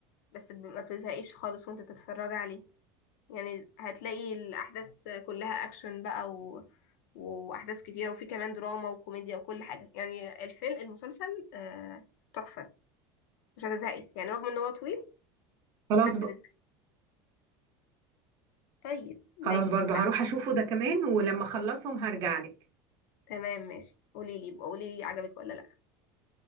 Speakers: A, on the left (about 75°); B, on the right (about 40°).
A: بس ب- ما بتزهقيش خالص وانت تتفرج عليه يعني هتلاقي الأحداث كلها أكشن بقى و... وأحداث كتيرة وفي كمان دراما وكوميديا وكل حاجة يعني الفيلم المسلسل آه، تحفة مش هتزهقي يعني رغم ان هو طويل مش
B: خلاص
A: هتحسي
B: ب...
A: بالزهق طيب ماشي
B: خلاص برضه هروح اشوفه ده كمان ولما اخلصهم هرجع لك
A: تمام ماشي قوليلي قوليلي عجبك ولا لأ